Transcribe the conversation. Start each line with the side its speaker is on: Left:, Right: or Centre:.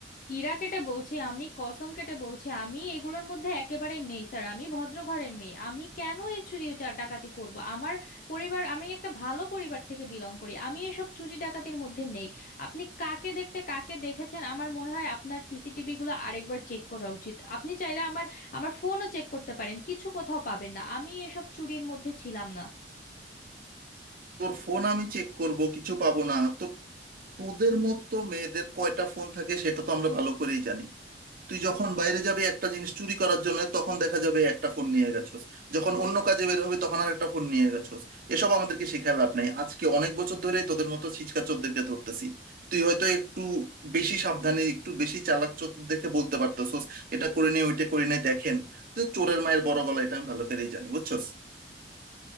Left: কিরা কেটে বলছি আমি কসম কেটে বলছি আমি এগুলোর মধ্যে একেবারে নেই স্যার আমি ভদ্র ঘরের মেয়ে আমি কেন এই চুরি চা- ডাকাতি করব আমার পরিবার আমি একটা ভালো পরিবার থেকে বিলং করি আমি এসব চুরি ডাকাতির মধ্যে নেই আপনি কাকে দেখতে কাকে দেখেছেন আমার মনে হয় আপনার সিসিটিভি গুলো আরেকবার চেক করা উচিত আপনি চাইলে আমার আমার ফোনও চেক করতে পারেন কিছু কোথাও পাবেন না আমি এসব চুরির মধ্যে ছিলাম না
Right: তোর ফোন আমি চেক করব কিছু পাবো না তো তোদের মতো মেয়েদের কয়টা ফোন থাকে সেটা তো আমরা ভালো করেই জানি তুই যখন বাইরে যাবে একটা জিনিস চুরি করার জন্য তখন দেখা যাবে একটা ফোন নিয়ে গেছোস যখন অন্য কাজে বের হবে তখন আর একটা ফোন নিয়ে গেছোস এসব আমাদেরকে শিখায় লাভ নাই আজকে অনেক বছর ধরেই তোদের মতো ছিচকা চোরদেরকে ধরতেছি তুই হয়তো একটু বেশি সাবধানে একটু বেশি চালাক চতুর দেখে বলতে পারতেছোস এটা করে নে ওইটা করে নে দেখেন কিন্তু চোরের মায়ের বড় গলা এটা আমি ভালো করেই জানি বুঝছোস